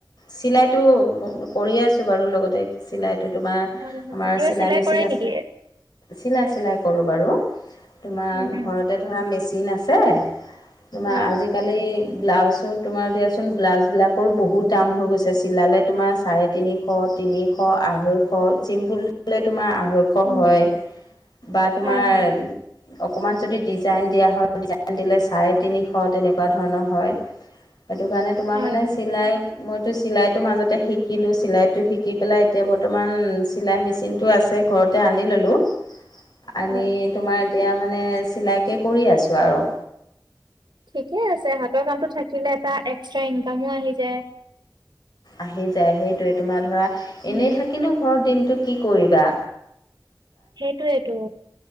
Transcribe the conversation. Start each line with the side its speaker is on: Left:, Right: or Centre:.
Left: চিলাইটো কৰিছো বাৰু লগতে চিলাই তোমাৰ
Right: হয় হয়
Left: আমাৰ
Right: কিবা
Left: চিলাই মেচিন
Right: কৰে
Left: আছে
Right: নেকি
Left: চিলাই চিলাই কৰোঁ বাৰু তোমাৰ
Right: উম উম
Left: ঘৰতে ধৰা মেচিন আছে তোমাৰ
Right: হয়
Left: আজিকালি ব্লাউজো তোমাৰ দিয়াচোন ব্লাউজবিলাকৰো বহুত দাম হৈ গৈছে চিলালে তোমাৰ চাৰে তিনিশ তিনিশ আঢ়ৈশ চিমুল হ'লে তোমাৰ ওখ
Right: উম
Left: হয় বা তোমাৰ
Right: হয় হয়
Left: অকণমান যদি ডিজাইন দিয়া হয় ডিজাইন দিলে চাৰে তিনিশ তেনেকুৱা ধৰণৰ হয় সেইটো কাৰণে তোমাৰ
Right: হয়
Left: মানে
Right: হয়
Left: চিলাই মইতো চিলাইটোৰ মাজতে শিকিলোঁ চিলাইটো শিকি পেলাই এতিয়া বৰ্তমান চিলাই মেচিনটো আছে ঘৰতে আনি ললো আনি
Right: হয়
Left: তোমাৰ এতিয়া মানে চিলাইকে কৰি আছোঁ আৰু
Right: ঠিকে আছে হাতৰ কামটো থাকিলে এটা এক্সট্ৰা ইনকামো আহি যায়
Left: আহি যায় সেইটোৱে তোমাৰ ধৰা
Right: উম
Left: এনেই থাকিনো ঘৰত দিনটো কি কৰিবা
Right: সেইটোৱেটো